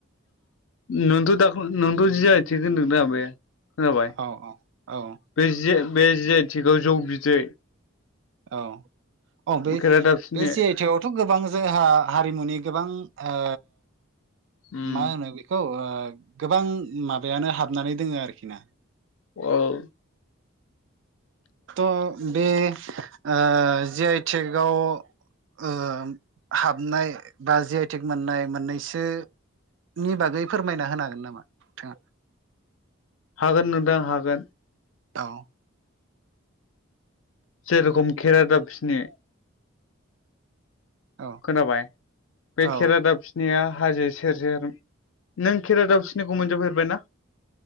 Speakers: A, on the left; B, on the right.
A: नोंथ दा नोंथ जि आइ थेक होनदों दा बे खोनाबाय
B: औ औ औ
A: बे जिआय बे जि आइथेगआव जौ बिदै
B: औ औ बे-
A: खेरादाफिनि
B: बे जिआइ थेग आवथ' गोबां जोंहा हारिमुनि गोबां ओ
A: उम
B: मा होनो बिखौ बेखौ ओ गोबां माबायानो हाबनानै दोङो आरोखि ना
A: औ
B: थ' बे ओ जे आइटेकाव ओ हाबनाय बा जीआइ टेक मोननाय मोननैसो नि बागै फोरमायना होनो हागोन नामा नोंथाङा?
A: हागोन नोंथां हागोन
B: औ
A: जेरखम खेरा दाबफिनि
B: औ
A: खोनाबाय बे
B: औ
A: खेरादाबफि निया हाजो सेरजेर नों खेरा दाबसिनिखौ मोनजाबफेरबाय ना?